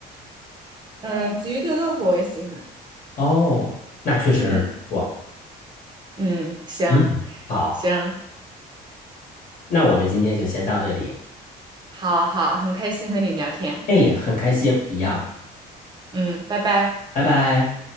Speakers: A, on the right; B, on the left.
A: 嗯，鲫鱼炖豆腐我也喜欢，
B: 哦，那确实是不错。
A: 嗯嗯，行
B: 嗯，好，
A: 行，
B: 那我们今天就先到这里。
A: 好好，很开心和你聊天，
B: 哎，很开心，一样，
A: 嗯，拜拜。
B: 拜拜。